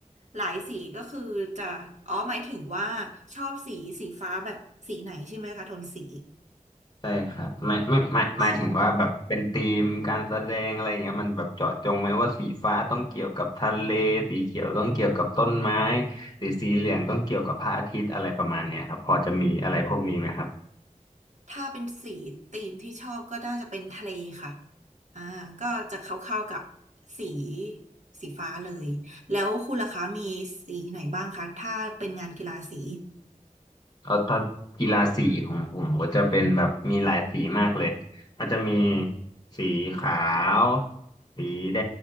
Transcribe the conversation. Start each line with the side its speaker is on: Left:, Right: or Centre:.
Right: หลายสีก็คือจะอ๋อหมายถึงว่าชอบสีสีฟ้าแบบสีไหนใช่ไหมคะโทนสี
Left: ใช่ครับไม่ไม่ไม่หมายถึงว่าแบบเป็นธีมการแสดงอะไรอย่างเงี้ยมันแบบเจาะจงไหมว่าสีฟ้าต้องเกี่ยวกับทะเลสีเขียวต้องเกี่ยวกับต้นไม้
Right: ถ้า
Left: หรือสีเหลืองต้องเกี่ยวกับพระอาทิตย์อะไรประมาณเนี้ยครับพอจะมีอะไรพวกนี้ไหมครับ
Right: ถ้าเป็นสีธีมที่ชอบก็น่าจะเป็นทะเลค่ะอ่าก็จะเข้าๆกับสีสีฟ้าเลย แล้วคุณล่ะคะมีสีไหนบ้างคะถ้าเป็นงานกีฬาสี
Left: เอาถ้ากีฬาสีของผมก็จะเป็นแบบมีหลายสีมากเลย มันจะมีสีขาว สีแด